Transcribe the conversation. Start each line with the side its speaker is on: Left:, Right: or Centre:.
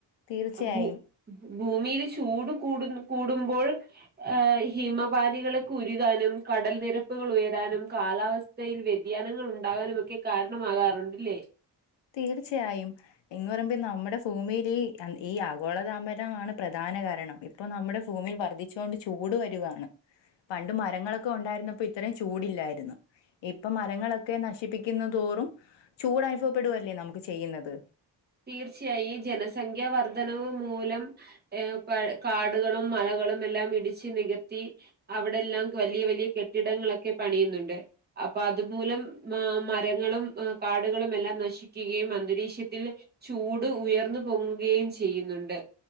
Left: തീർച്ചയായും
Right: ഭൂ, ഭൂമിയിൽ ചൂട് കൂട്, കൂടുമ്പോൾ. ഏഹ് ഹിമപാനികളൊക്കെ ഉരുകാനും കടൽ നിരപ്പുകൾ ഉയരാനും. കാലാവസ്ഥയിൽ വ്യതിയാനങ്ങൾ ഉണ്ടാകാനുമൊക്കെ, കാരണമാകാറുണ്ട്ല്ലേ?
Left: തീർച്ചയായും. എന്ന് പറയുമ്പോ, നമ്മുടെ ഭൂമിൽ ഈ ഈ ആഗോളതാംമ്പരംണ് പ്രധാന കാരണം. ഇപ്പൊ നമ്മുടെ ഭൂമിയിൽ വർദ്ധിച്ചു കൊണ്ട് ചൂട് വരിയാണ്. പണ്ട് മരങ്ങളൊക്കെ ഉണ്ടായിരുന്നപ്പോ, ഇത്രയും ചൂടില്ലായിരുന്നു. ഇപ്പൊ മരങ്ങളൊക്കെ നശിപ്പിക്കുംതോറും ചൂട് അനുഭവപ്പെടുകല്ലേ നമുക്ക് ചെയ്യുന്നത്.
Right: തീർച്ചയായും, ഈ ജനസംഖ്യ വർദ്ധനവ് മൂലം. ഏ പ കാടുകളും മലകളും എല്ലാം ഇടിച്ച് നികത്തി അവിടെല്ലാം വലിയ, വലിയ കെട്ടിടങ്ങളൊക്കെ പണിയുന്നുണ്ട്. അപ്പൊ അതുമൂലം ആ മരങ്ങളും കാടുകളും എല്ലാം നശി ക്കുകയും അന്തരീക്ഷത്തിൽ ചൂട് ഉയർന്നു പൊങ്ങുകയും ചെയ്യുന്നുണ്ട്